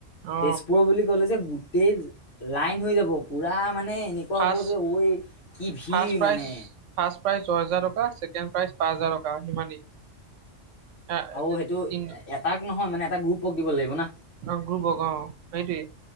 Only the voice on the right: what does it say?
অ
ফাৰ্ষ্ট
ফাৰ্ষ্ট প্ৰাইজ
ফাৰ্ষ্ট প্ৰাইজ ছয় হেজাৰ টকা ছেকেণ্ড প্ৰাইজ পাঁচ হাজাৰ টকা সিমানেই। আহ,
তিন
অ গ্ৰুপক অ সেইটোৱে।